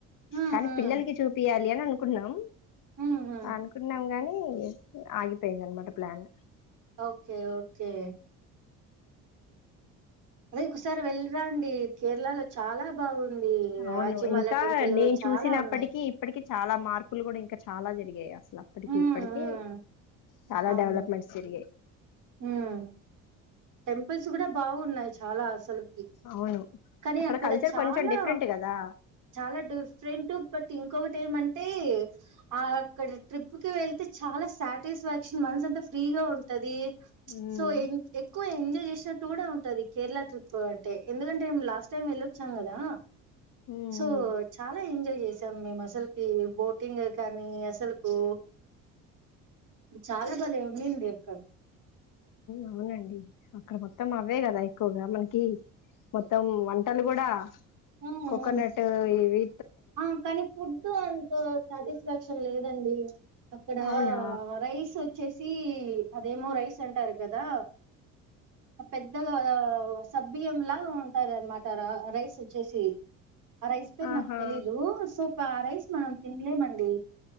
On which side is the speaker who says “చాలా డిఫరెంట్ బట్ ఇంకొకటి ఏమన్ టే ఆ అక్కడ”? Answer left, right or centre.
Right